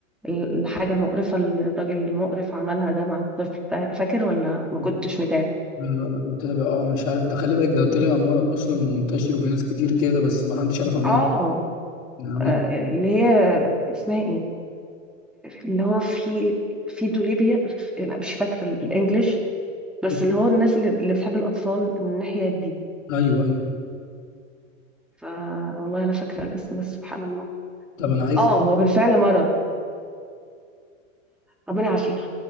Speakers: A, in the centre; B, on the left.
A: ال- الحاجة المقرفة اللي الراجل المقرف عملها ده مع الطفل فا- فاكر ولا
B: مم.
A: ما كنتش متابع
B: لا لا لا، متابع اه مش عارف ده خلي بالك ده طلع مرض اصلا ومنتشر وفي ناس كتير كده بس ما حدش عارف عنهم
A: اه
B: يعني
A: آه، اللي هي اسمها ايه اللي هو في في دوليبيا لا مش فاكره بالانجلش بس
B: <laughs>
A: اللي هو الناس اللي, اللي بتحب الاطفال من الناحيه دي
B: ايوه ايوه
A: ف والله انا فاكره الاسم بس سبحان الله
B: طب انا عايز
A: اه هو بالفعل مرض ربنا يعافينا